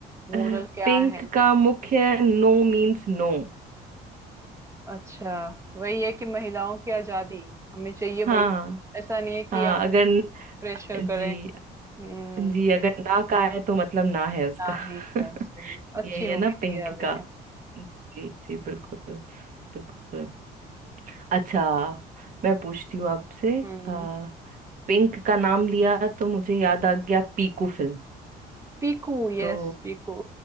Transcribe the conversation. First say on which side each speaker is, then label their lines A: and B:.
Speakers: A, on the right; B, on the right.
A: मोरल
B: अ,
A: क्या
B: पिंक
A: है इस-
B: का मुख्य नो मीन्स नो
A: अच्छा वही है कि महिलाओं की आजादी हमें चाहिए भाई
B: हाँ
A: ऐसा नहीं है कि
B: हाँ
A: आप
B: अगर
A: उनको प्रेशर
B: जी
A: करें हम्म
B: जी
A: सही
B: अगर ना का है तो मतलब ना है उसका
A: नहीं
B: <laughs>
A: है सही अच्छी
B: यही है
A: मूवी
B: ना पिंक
A: थी यार लेकिन
B: का जी जी बिल्कुल बिल्कुल अच्छा मैं पूछती हूँ आपसे
A: हम्म
B: पिंक का नाम लिया तो मुझे याद आ गया पीकू फिल्म
A: पीकू यस
B: तो
A: पीकू